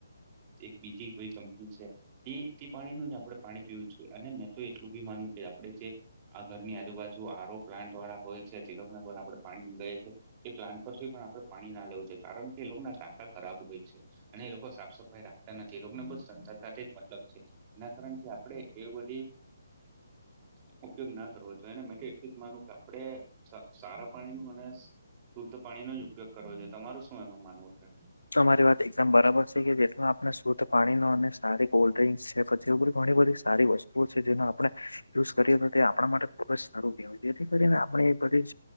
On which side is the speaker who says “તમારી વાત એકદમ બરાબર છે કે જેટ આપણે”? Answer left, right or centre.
Left